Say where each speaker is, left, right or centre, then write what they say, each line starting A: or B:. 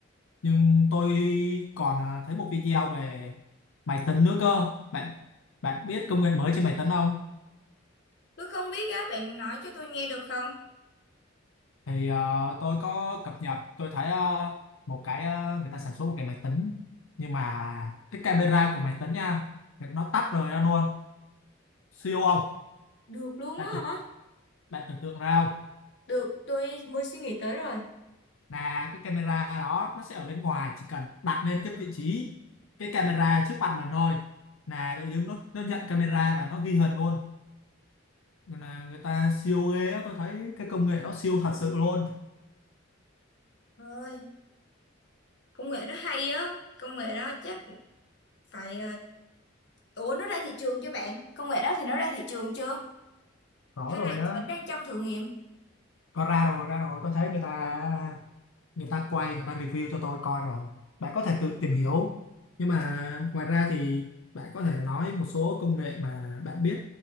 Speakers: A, on the left (about 80°); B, on the left (about 60°).
A: nhưng tôi còn ờ, thấy một video về máy tính nữa cơ bạn bạn biết công nghệ mới trên máy tính không
B: tôi không biết á bạn nói cho tôi nghe được không
A: thì ờ, tôi có cập nhật tôi thấy ờ, một cái ờ, người ta sản xuất một cái máy tính nhưng mà cái camera của máy tính nha nó tách rời ra luôn siêu không
B: được luôn
A: bạn
B: á
A: tưởng
B: hả
A: bạn tưởng tượng ra không
B: được tôi mới suy nghĩ tới rồi
A: là cái camera đó nó sẽ ở bên ngoài chỉ cần đặt lên cái vị trí cái camera trước mặt mình thôi là tự dưng nó nó nhận camera và nó ghi hình luôn Nên là người ta siêu ghê á tôi thấy cái công nghệ đó siêu thật sự luôn
B: ơi công nghệ đó hay á công nghệ đó chắc phải ờ, ủa nó ra thị trường chưa bạn công nghệ đó thì nó ra thị trường chưa
A: có
B: hay
A: rồi
B: là
A: á
B: vẫn đang trong thử nghiệm
A: có ra rồi ra rồi tôi thấy người ta người ta quay người ta review cho tôi coi rồi bạn có thể tự tìm hiểu nhưng mà ngoài ra thì bạn có thể nói một số công nghệ mà bạn biết